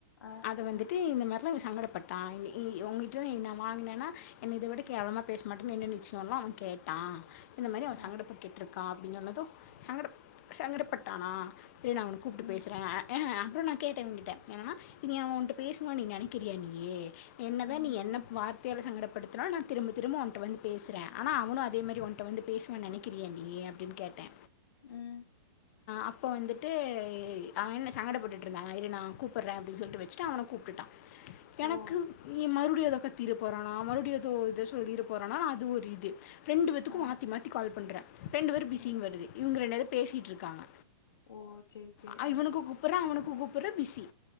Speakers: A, on the left (about 75°); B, on the left (about 40°).
A: ஆ
B: அத
A: ஆ
B: வந்துட்டு இந்த மார்லா இவ சங்கடப் பட்டா இஉங்கிட்ட நா வாங்கினேன்னா என்னை இத விட கேவலமா பேஸ் மாட்டேன் என்ன நிச்சியோல்லா அவ கேட் டா இந்த மாதிரி அவ சங்கடப்பட்டுட்ருக்கா
A: ஆ
B: அப்படின் சொன்னது சங்கட சங்கடப்பட்டானா சரி நா உனை கூப்பிட்டு
A: ம்
B: பேசுறே அ அப்றோ நா கேட்டே அவங்கிட்ட என்னன்னா நீ அவ உன்கிட்ட பேசுவான்னு நீ நெனைக்கிறியா நீயி என்னதா
A: ம்
B: நீ என்ன வார் <unintelligible> சங்கடப்படுத்தினா நான் திரும்ப திரும்ப ஓன்ட்ட வந்து பேசுறே ஆனா அவனும் அதே மாரி ஓன்ட்ட வந்து பேசுவான் நெனை கிரியா நீயி அப்டின்னு கேட்டே
A: ம்
B: அப்போ வந்துட்டு அவன் சங்கடப்பட்டுட்டு இருந்தா இரு நா கூப்புடுறே அப்டின்னு சொல்லிட்டு வச்சுட்டு அவன கூப்பிட்டுட்டா <inaudible> எனக்கு
A: ஓ
B: நீ மறுபடியு ஏதோ கத்திரு போறானா மறுபடியு ஏதோ இது சொல்லிர போறானா அது ஒரு இது ரெண்டு பேத்துக்கு
A: ஆ
B: மாத்தி மாத்தி கால் பண்றே ரெண்டு பேரும் பிஸின்னு
A: ம்
B: வருது இவங்க ரெண்டு பேரு பேசிட்டு இருக்காங்க
A: ஓ சரி சரி
B: அ இவனுக்கு
A: ஆ
B: கூப்புறே அவனுக்கு கூப்புறே பிசி